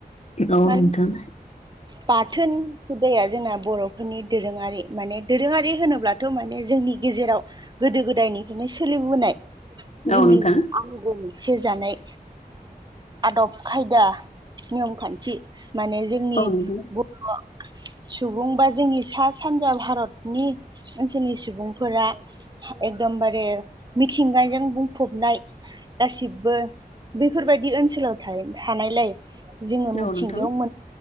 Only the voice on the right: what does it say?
माने
बाथोन हुदाया जोंना बर'फोरनि दोरोङारि माने दोरोङारि होनोब्ला दाथ' माने जोंनि गेजेराव गोदो गोदायनिफ्रायनो सोलिबोनाय जोंनि
आंजोंसे <unintelligible> जानाय आदब खायदा नियम खान्थि माने जोंनि
बर' सुबुं बा जोंनि सा सानजा भारतनि ओनसोलनि सुबुंफोरा एकदमबारे मिथिंगाजों बुंफबनाय गासिबो बेफोरबायदि ओनसोलाव थानायलाय जोङो मिथिंगायाव
मोन